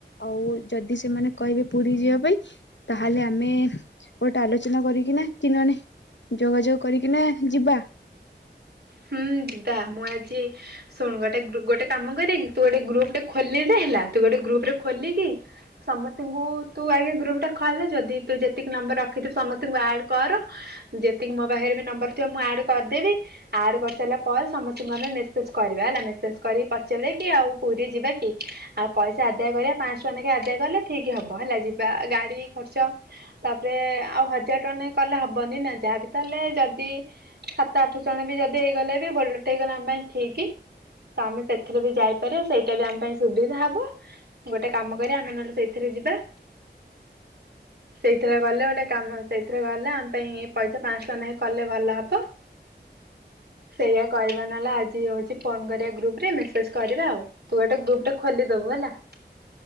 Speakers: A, on the left; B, on the right.
A: ଆଉ ଯଦି ସେମାନେ କହିବେ ପୁରୀ ଯିବା ପାଇଁ ତାହେଲେ ଆମେ ଗୋଟେ ଆଲୋଚନା କରିକିନା କି ନନେ ଯୋଗାଯୋଗ କରିକିନା ଯିବା।
B: ହୁଁ ଯିବା ମୁଁ ଆଜି ଶୁଣୁ ଗୋଟେ ଗୃ ଗୋଟେ କାମ କରିବା କି ତୁ ଗୋଟେ ଗୃପଟେ ଖୋଲିଦେ ହେଲା ତୁ ଗୋଟେ ଗୃପରେ ଖୋଲିକି ସମସ୍ତିଙ୍କୁ ତୁ ଆଗେ ଗୃପଟା ଖୋଲେ ଯଦି ତୁ ଯେତିକି ନମ୍ବର ରଖିଥିବୁ ସମସ୍ତିଙ୍କୁ ଆଡ କର। ଯେତିକି ମୋ ପାଖରେ ବି ନମ୍ବର ଥିବ ମୁଁ ଆଡ କରିଦେବି। ଆଡ କରିସାଇଲା ପରେ ସମସ୍ତିଙ୍କୁ ଆମେ ମେସେଜ କରିବା ହେଲା ମେସେଜ କରି ପଚାରିଆ କି ଆଉ ପୁରୀ ଯିବା କି। ଆଉ ପଇସା ଆଦାୟ କରିବା ପାଁଶ ଟଙ୍କା ନେଖେ ଆଦାୟ କଲେ ଠିକ୍ ହବ ହେଲା ଯିବା ଗାଡ଼ି ଖର୍ଚ୍ଚ। ତାପରେ ଆଉ ହଜାର ଟଙ୍କା ନାଖେ କଲେ ହବନି ନାଁ ଯାହା ବି ତ ହେଲେ ଯଦି ସାତ ଆଠ ଜଣେ ବି ଯଦି ହେଇଗଲେ ବି ବୋଲରଟେ ହେଇଗଲେ ଆମ ପାଇଁ ଠିକି। ତ ଆମେ ସେଥିରେ ବି ଯାଇପାରିଆ ସେଇଟା ବି ଆମ ପାଇଁ ସୁବିଧା ହବ। ଗୋଟେ କାମ କରିବା ଆମେ ନହେଲେ ସେଇଥିରେ ଯିବା।
A: <unintelligible>
B: ସେଇଥିରେ ଗଲେ ଗୋଟେ କାମ ସେଇଥିରେ ଗଲେ ଆମ ପାଇଁ ପଇସା ପାଁଶ ଟଙ୍କା ନାଖେ କଲେ ଭଲ ହବ। ସେଇଆ କରିବା ନହେଲା ଆଜି ହଉଚି ଫୋନ କରିବା ଗୃପରେ ମେସେଜ କରିବା ଆଉ। ତୁ ଅଟେ ଗୃପଟେ ଖୋଲି ଦବୁ ହେଲା।